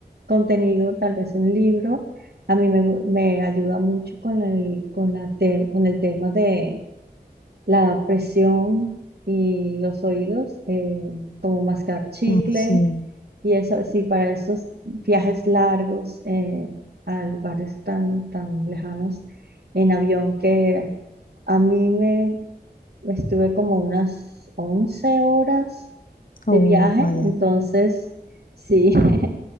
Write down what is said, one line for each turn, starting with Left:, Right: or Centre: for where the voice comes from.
Right: contenido, tal vez un libro. A mí me, gu- me ayuda mucho con el, con la te- con el tema de la presión y los oídos, eh, como mascar chicle,
Left: Oh, sí,
Right: y eso sí, para esos viajes largos eh, a lugares tan, tan lejanos en avión que a mí me estuve como unas 11 horas
Left: oh,
Right: de viaje,
Left: vaya,
Right: entonces sí, <laughs>